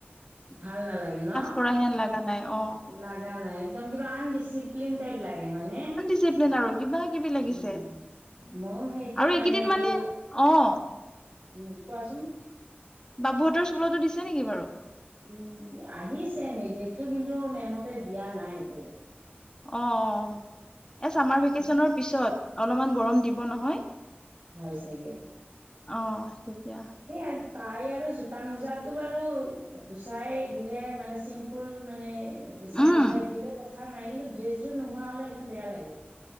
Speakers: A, on the right (about 55°); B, on the left (about 20°).
A: ভাল নালাগে ন?
B: কৰা হেন লগা নাই অ
A: লাগা নাই। একদম কিবা আনডিচিপ্লিন টাইপ লাগে হয়নে?
B: ডিচিপ্লিন আৰু কিবা কিবি লাগিছে,
A: উম, ময়ো সেইটোৱে
B: আৰু এইকেইদিন
A: বোলো
B: মানে অ'
A: উম, কোৱাচোন?
B: বাবুহঁতৰ স্কুলতো দিছে নেকি বাৰু?
A: উম, আহিছে নিৰ্দেশটো কিন্তু, মেমহঁতে দিয়া নাই এতিয়ালৈকে।
B: অ, অ, অ। এ চামাৰ ভেকেচনৰ
A: মানে
B: পিছত, অলপমান গৰম দিব নহয়।
A: হয় চাগে।
B: অ, তেতিয়া।
A: সেইয়া, ট্ৰাই আৰু জোতা-মোজাটো বাৰু গুচাই দিলে মানে চিম্পুল মানে চেণ্ডেল
B: উম
A: টাইপ দিলেও কথা নাই কিন্তু, ড্ৰেছযোৰ নোহোৱা হ'লে একদম বেয়া লাগে।